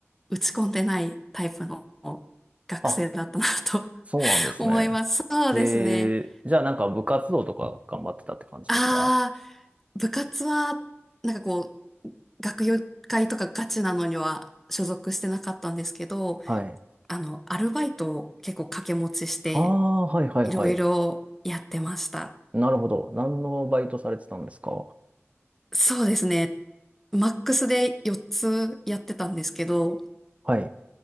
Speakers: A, in the centre; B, on the right.
A: 打ち込んでないタイプの学生だったなと
B: あ、そうなんですね。
A: <laughs> 思います。そうですね。
B: で、じゃあなんか部活動とか頑張ってたって感じですか
A: ああ、部活はなんかこう、学友会とかガチなのには所属してなかったんですけど、
B: はい。
A: あの、アルバイトを結構掛け持ちして、
B: ああ、はいはいはい。
A: いろいろやってました。
B: なるほど。何のバイトされてたんですか
A: そうですね。マックスで4つやってたんですけど、
B: はい。